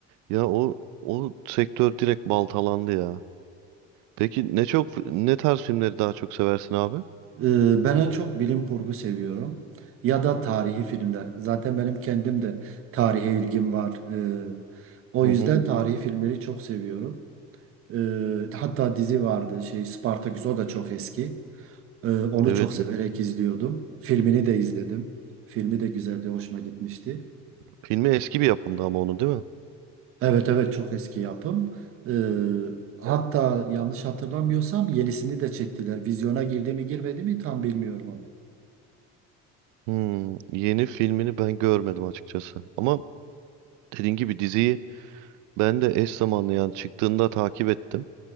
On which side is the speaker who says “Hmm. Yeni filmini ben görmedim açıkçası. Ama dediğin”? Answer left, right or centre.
Right